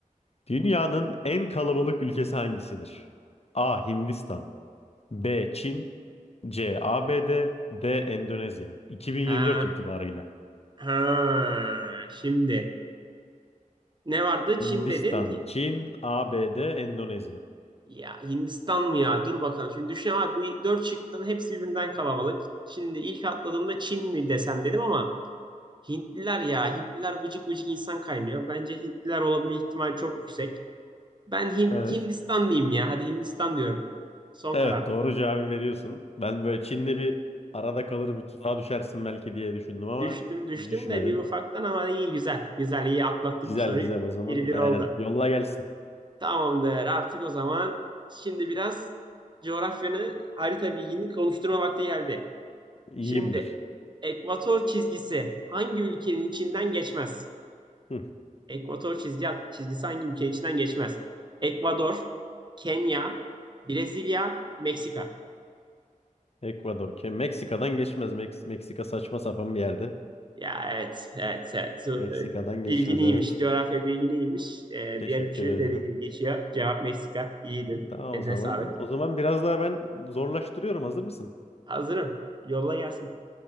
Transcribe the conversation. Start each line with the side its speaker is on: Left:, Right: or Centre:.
Left: Dünyanın en kalabalık ülkesi hangisidir? A. Hindistan B. Çin C. ABD D. D. Endonezya 2024
Right: Ha,
Left: itibarıyla.
Right: ha. Şimdi ne vardı? Çin
Left: Hindistan,
Right: dedin.
Left: Çin, ABD, Endonezya.
Right: Ya Hindistan mı ya? Dur bakalım. Şimdi düşün abi bu dört şıkkın hepsi birbirinden kalabalık. Şimdi ilk atladığımda Çin mi desem dedim ama Hintliler ya. Hintliler vıcık vıcık insan kaynıyor. Bence Hintliler olabilme ihtimali çok yüksek. Ben Hint,
Left: Evet.
Right: Hindistan diyeyim ya. Hadi Hindistan diyorum. Son
Left: Evet
Right: karar.
Left: doğru cevabı veriyorsun. Ben böyle Çin'le bir arada kalır bir tuzağa düşersin belki diye düşündüm ama
Right: Düştüm düştüm
Left: düşmedin.
Right: de bir ufaktan ama iyi güzel. Güzel iyi atlattık
Left: Güzel
Right: bu soruyu.
Left: güzel o zaman.
Right: Bir bir
Left: Aynen.
Right: oldu.
Left: Yolla gelsin.
Right: Tamamdır artık o zaman. Şimdi biraz coğrafyanı harita bilgini konuşturma vakti geldi.
Left: İyiyimdir.
Right: Şimdi Ekvator çizgisi hangi ülkenin içinden geçmez?
Left: Hı,
Right: Ekvator çizgi, çizgisi hangi ülkenin içinden geçmez? Ekvador, Kenya, Brezilya, Meksika.
Left: Ekvador. Ke- Meksika'dan geçmez. Meks- Meksika saçma sapan bir yerde.
Right: Ya evet, evet, evet.
Left: Meksika'dan geçmez
Right: Bilgin iyiymiş.
Left: evet.
Right: Coğrafya bilgin iyiymiş. Ee,
Left: Teşekkür
Right: diğer üçü
Left: ederim.
Right: dediğin gibi geçiyor. Cevap Meksika. İyiydin.
Left: Tamam
Right: Eline
Left: o zaman.
Right: sağlık.
Left: O zaman biraz daha ben zorlaştırıyorum. Hazır mısın?
Right: Hazırım. Yolla gelsin.